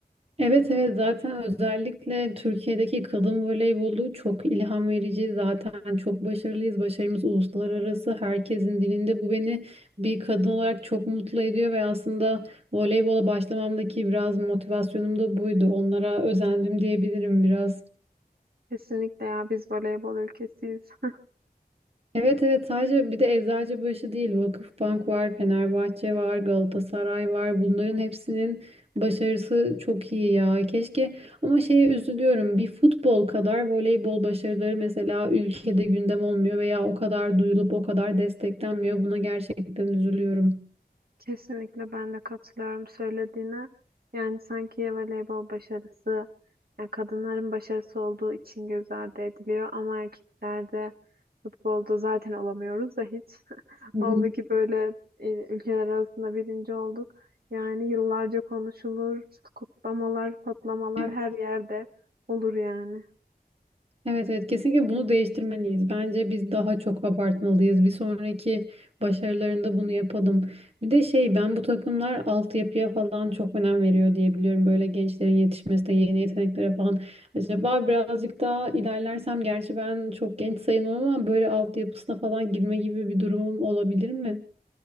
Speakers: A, on the right; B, on the right.
A: Evet evet zaten özellikle Türkiye'deki kadın voleybolu çok ilham verici. Zaten çok başarılıyız. Başarımız uluslararası herkesin dilinde. Bu beni bir kadın olarak çok mutlu ediyor ve aslında voleybola başlamamdaki biraz motivasyonum da buydu. Onlara özendim diyebilirim biraz.
B: Kesinlikle ya biz voleybol ülkesiyiz. <laughs>
A: Evet evet sadece bir de Eczacıbaşı değil Vakıfbank var, Fenerbahçe var, Galatasaray var. Bunların hepsinin başarısı çok iyi ya. Keşke ama şeye üzülüyorum. Bir futbol kadar voleybol başarıları mesela ülkede gündem olmuyor veya o kadar duyulup o kadar desteklenmiyor. Buna gerçekten üzülüyorum.
B: Kesinlikle ben de katılıyorum söylediğine. Yani sanki voleybol başarısı yani kadınların başarısı olduğu için göz ardı ediliyor ama erkeklerde futbolda zaten olamıyoruz da hiç. <laughs>
A: Hı
B: Oldu
A: hı.
B: ki böyle e, ülkeler arasında birinci olduk. Yani yıllarca konuşulur, kutlamalar, patlamalar
A: Evet.
B: her yerde olur yani.
A: Evet evet kesinlikle bunu değiştirmeliyiz. Bence biz daha çok abartmalıyız. Bir sonraki başarılarında bunu yapalım. Bir de şey ben bu takımlar altyapıya falan çok önem veriyor diye biliyorum. Böyle gençlerin yetişmesine, yeni yeteneklere falan. Acaba birazcık daha ilerlersem gerçi ben çok genç sayılmam ama böyle altyapısına falan girme gibi bir durumum olabilir mi?